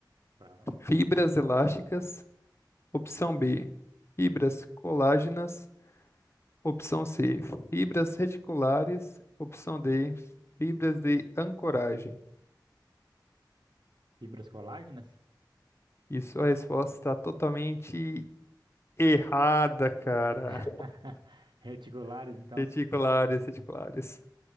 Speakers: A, on the right; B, on the left.
A: Fala.
B: fibras elásticas. Opção B: fibras colágenas. Opção C, fibras reticulares. Opção D, fibras de ancoragem.
A: Fibras colágenas?
B: E sua resposta está totalmente errada, cara.
A: <laughs> Reticulares,
B: <laughs>
A: então.
B: Reticulares, reticulares.